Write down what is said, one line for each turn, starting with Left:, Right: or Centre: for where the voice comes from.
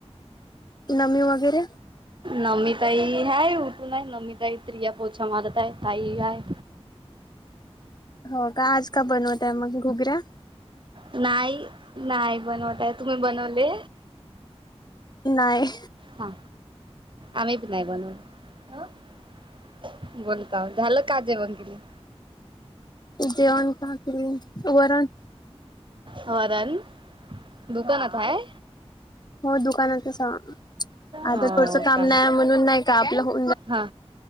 Left: नमी वगैरे
Right: नमिताई हाय उठली नाही नमिताई, प्रिया पोछा मारत आहे आई हाय
Left: हो का आज का बनवत आहे मग घुबऱ्या
Right: नाही नाही बनवताय तुम्ही बनवले
Left: नाही
Right: हा आम्ही बी नाही बनवत हो बोलताव झालं का जेवन गीन
Left: जेवण भाकरी वरण
Right: वरण. दुकानात हाय
Left: होय दुकानातच आहे आता
Right: हो
Left: थोडसं काम
Right: का
Left: नाही म्हणून नाही का आपलं हो
Right: हा